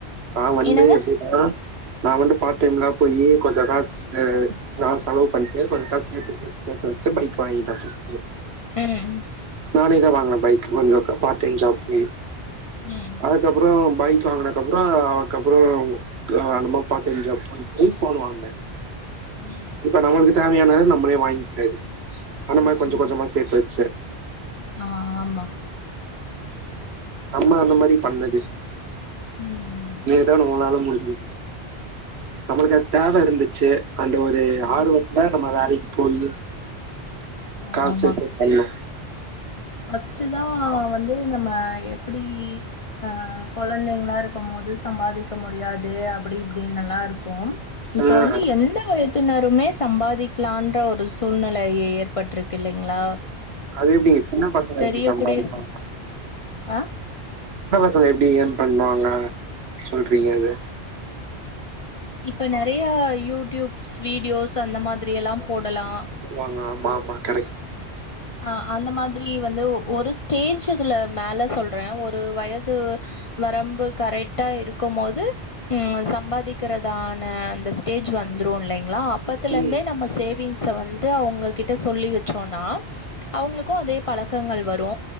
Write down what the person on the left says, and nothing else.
என்னங்க?
ம்
ம்.
ம்
ம்ஹ்ம்.
ஆ ஆமா
ம்.
ஆ
ஆமாமா.
ஃபர்ஸ்ட்டு தா வந்து நம்ம எப்டி அ கொழந்தைங்களா இருக்கும் போது சம்பாதிக்க முடியாது அப்படி இப்படின்லா இருக்கு இப்ப
வந்து எந்த வயத் தினருமே சம்பாதிக்கலான்னு ஒரு சூழ்நிலை ஏற்பட்டிருக்கு இல்லைங்ளா
தெரியக்கூடிய
அ
இப்ப நெறைய யூடியூப்ஸ் வீடியோஸ் அந்த மாதிரி எல்லா போடலா
ஆ அந்த மாதிரி வந்து ஒ ஒரு ஸ்டேஜ் இதுல மேல சொல் றே ஒரு வயது வரம்பு கரைக்ட்டா இருக்கும் போது ம் சம்பாதிக்கிறதான அந்த ஸ்டேஜ் வந்துரு இல்லைங்ளா இப்பத்லருந்தே
நம்ப சேவிங்ஸ்ச வந்து அவுங்க கிட்ட சொல்லி வச்சோனா அவங்களுக்கு அதே பழக்கங்கள் வரு